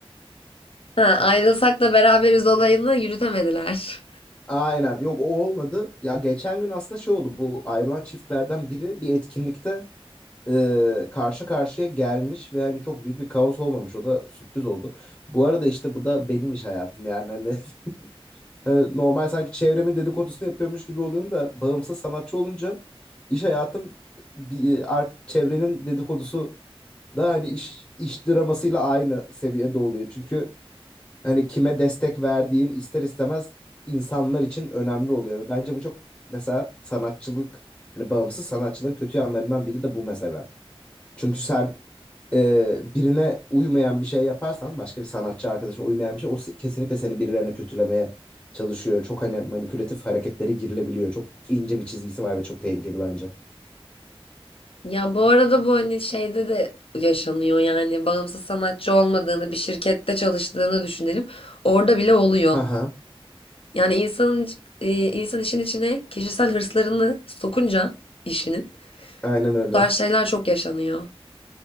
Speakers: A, on the left; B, on the left.
A: Ha, ayrılsak da beraberiz olayını yürütemediler.
B: Aynen. Yok o olmadı. Ya geçen gün aslında şey oldu. Bu ayrılan çiftlerden biri bir etkinlikte e, karşı karşıya gelmiş ve hani çok büyük bir kaos olmamış. O da sürpriz oldu. Bu arada işte bu da benim iş hayatım yani. Hani, <laughs> e, normal sanki çevremin dedikodusunu yapıyormuş gibi oluyorum da bağımsız sanatçı olunca iş hayatım bir, e, ar- çevrenin dedikodusu da hani iş, iş dramasıyla aynı seviyede oluyor. Çünkü hani kime destek verdiğin ister istemez insanlar için önemli oluyor. Ve bence bu çok mesela sanatçılık hani bağımsız sanatçılığın kötü yanlarından biri de bu mesela. Çünkü sen e, birine uymayan bir şey yaparsan başka bir sanatçı arkadaşına uymayan bir şey o se- kesinlikle seni birilerine kötülemeye çalışıyor. Çok hani manipülatif hareketlere girilebiliyor. Çok ince bir çizgisi var ve çok tehlikeli bence.
A: Ya bu arada bu hani şeyde de yaşanıyor yani bağımsız sanatçı olmadığını bir şirkette çalıştığını düşünelim. Orada bile oluyor.
B: Aha,
A: Yani insanın iç- e, insan işin içine kişisel hırslarını sokunca işinin
B: aynen öyle.
A: bu tarz şeyler çok yaşanıyor.